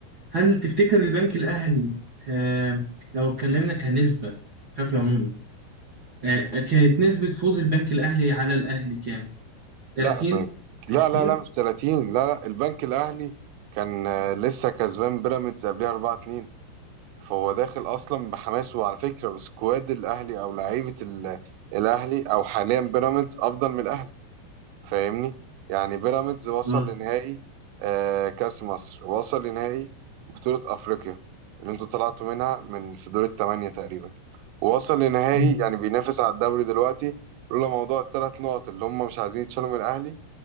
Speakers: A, on the right; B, on the right.
A: هل تفتكر البنك الاهلي آه لو اتكلمنا كنسبه بشكل عمومي آه كانت نسبه فوز البنك الاهلي على الاهلي كام 30
B: لا لا
A: 20
B: لا لا مش 30 لا لا البنك الاهلي كان آه، لسه كسبان بيراميدز قبلها 4 2 فهو داخل اصلا بحماس وعلى فكره سكواد الاهلي او لعيبه ال- الاهلي او حاليا بيراميدز افضل من الاهلي فاهمني يعني بيراميدز وصل
A: اه
B: لنهائي آه، كأس مصر وصل لنهائي بطولة أفريقيا اللي انتوا طلعتوا منها من في دور الثمانية تقريبا ووصل لنهائي
A: مم.
B: يعني بينافس على الدوري دلوقتي لولا موضوع الثلاث نقط اللي هم مش عايزين يتشالوا من الأهلي